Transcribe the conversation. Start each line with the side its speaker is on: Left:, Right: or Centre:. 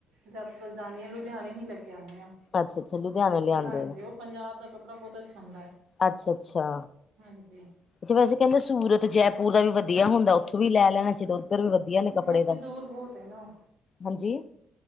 Right: ਜਦ ਜਾਂਣੀ ਆ, ਲੁਧਿਆਣੇ ਹੀ ਲੈ ਕੇ ਆਨੇ ਹਾਂ।
Left: ਅੱਛਾ ਅੱਛਾ, ਲੁਧਿਆਣੇ ਲਿਆਂਉਂਦੇ
Right: ਹਾਂਜੀ
Left: ਆ।
Right: ਉਹ ਪੰਜਾਬ ਦਾ ਕੱਪੜਾ ਬਹੁਤ ਅੱਛਾ ਹੁੰਦਾ ਹੈ।
Left: ਅੱਛਾ ਅੱਛਾ।
Right: ਹਾਂਜੀ।
Left: ਅੱਛੇ, ਵੈਸੇ ਕਹਿੰਦੇ ਸੂਰਤ ਜੈਪੁਰ ਦਾ ਵੀ ਵਧੀਆ ਹੁੰਦਾ, ਉੱਥੋਂ ਵੀ ਲੈ ਲੈਣਾ ਚਾਹੀਦਾ। ਇੱਧਰ ਵੀ ਵਧੀਆ ਨੇ ਕੱਪੜੇ
Right: ਬਾਕੀ
Left: ਤਾ
Right: ਦੂਰ ਬਹੁਤ ਹੈ ਨਾ
Left: ਹਾਂਜੀ।